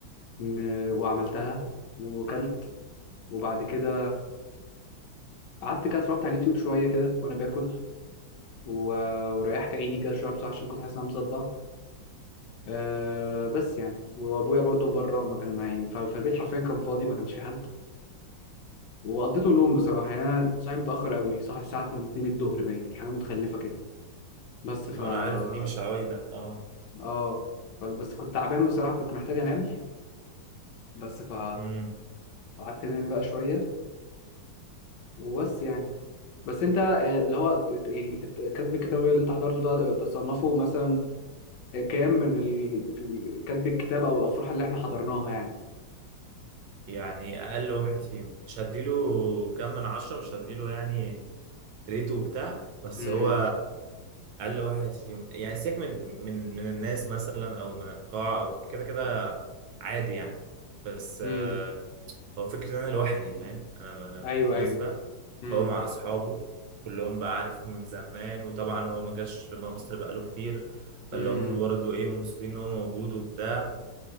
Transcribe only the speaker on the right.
انا عارف ان دي مش عوايدك اه
امم
يعني اقل واحد فيهم مش هديله كام من عشرة مش هديله يعني ريته وبتاع بس
هو اقل واحد فيهم يعني سيبك من من من الناس مثلا او من القاعة او كده كده عادي يعني بس
آه، هو فكرة ان انا لوحدي فاهم انا انا
بالمناسبة
هو مع اصحابه كلهم بقى عارفهم من زمان وطبعا هو ما جاش مصر بقاله كتير فاللي
هم برضو ايه مبسوطين ان هو موجود وبتاع